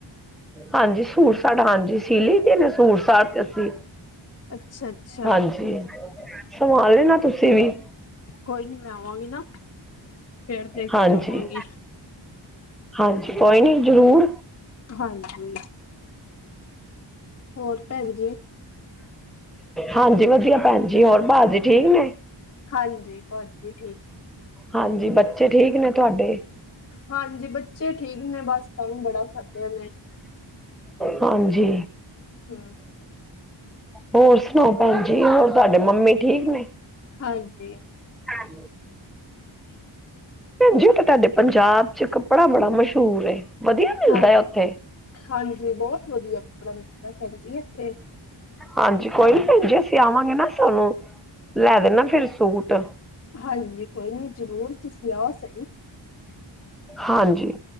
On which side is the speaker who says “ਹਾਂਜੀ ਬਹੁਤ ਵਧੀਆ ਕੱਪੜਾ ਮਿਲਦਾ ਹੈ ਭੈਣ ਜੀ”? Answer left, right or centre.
Left